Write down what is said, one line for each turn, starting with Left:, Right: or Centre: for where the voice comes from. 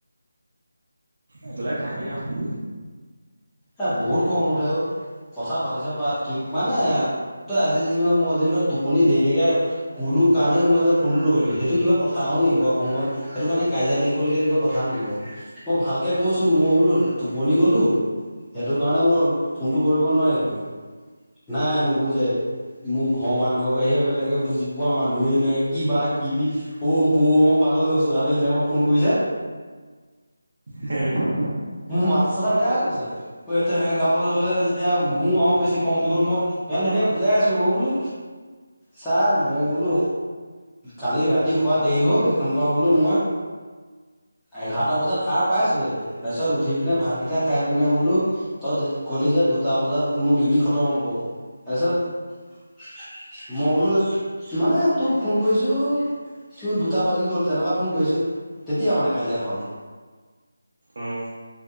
Right: এইবিলাক থাকেই আৰু
Centre: এ বহুত খং উঠে অ কথা পাতিছ পাত কি মানে, তই আজি যেনিবা মই যেনিবা টোপনি দেৰিলেকে, ক'লো কাৰণে মই যে ফোনটো নকৰিলো সেইটো কিবা কথা হ'ল নেকি বাও, সেইটো কাৰণে কাজিয়া লাগিবলগীয়া কিবা কথা নকিব মই ভালকে কৈছো মই বোলো টোপনি গলো। সেইটো কাৰণে মই ফোনটো কৰিব নোৱাৰিলো নাই নুবুজে। মোৰ ঘৰৰ মানুহৰ বাহিৰে বেলেগে বুজি পোৱা মানুহেই নাই কিবা কিবি। অ বৌ মই পাগল হৈগৈছো আবেলি তাইমত ফোন কৰিছে।
Right: হে
Centre: মোৰ মা চাটা বেয়া হৈ গৈছে তেনেকে গাবলৈ ললে যেতিয়া মোৰ আৰু বেছি খং উঠি গ'ল মই, ইমান ধুনীয়া কে বুজাই আছো মই বোলো চা মই বোলো। কালি ৰাতি শোৱা দেৰি হ'ল সেইকাৰনে বোলো মই, এঘাৰটা বজাত সাৰ পাইছোহে তাৰ পিছত উঠি পিনে ভাতকেইটা খাই পিনে বোলো। তই কলিযে দুটা বজাত মোৰ ডিউটি খতম হ'ব তাৰপিছত, মই বোলো মানে তোক ফোন কৰিছো, দুটা বাজি গ'ল তেনেকুৱাত ফোন কৰিছো তেতিয়া মানে কাজিয়াখন।
Right: উম,